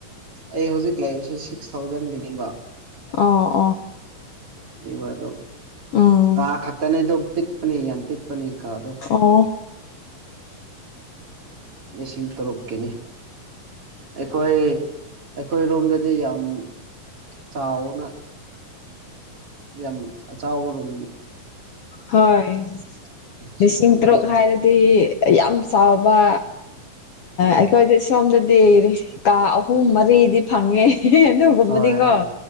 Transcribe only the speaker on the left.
ꯑ
ꯎꯝ
ꯑꯣ
ꯍꯣꯏ
ꯂꯤꯁꯤꯡ
ꯇꯔꯨꯛ ꯍꯥꯏꯔꯗꯤ ꯌꯥꯝ ꯆꯥꯎꯕ
ꯑꯩꯈꯣꯏꯗꯤ ꯁꯣꯝꯗꯗꯤ ꯏꯔꯦ ꯀꯥ ꯑꯍꯨꯝ ꯃꯔꯤꯗꯤ ꯐꯪꯉꯦ ꯑꯗꯨꯒꯨꯝꯕꯗꯤꯀꯣ